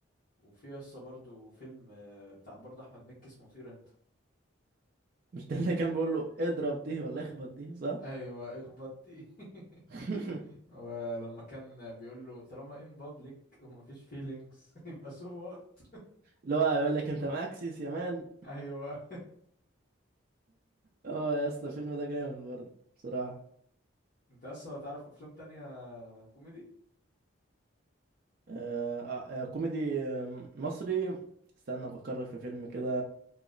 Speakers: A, on the left; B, on the right.
A: وفي يسا برضو فيلم آه، بتاع برضه أحمد مكي اسمه طير أنت
B: مش ده اللي كان بيقول له اضرب دي ولا اخبط دي صح
A: أيوة اخبط دي
B: <laughs>
A: <laughs> ولما كان بيقول له طالما ان بابليك ومفيش فيلينجز <laughs> يبقى سو وات
B: اللي هو يقول لك انت مأكسس يا مان
A: أيوة
B: اه يا اسطى الفيلم ده جامد برضه بصراحة
A: أنت يسا تعرف أفلام تانية كوميدي؟
B: آه آه آه، كوميدي آه، مصري استنى افكر لك في فيلم كده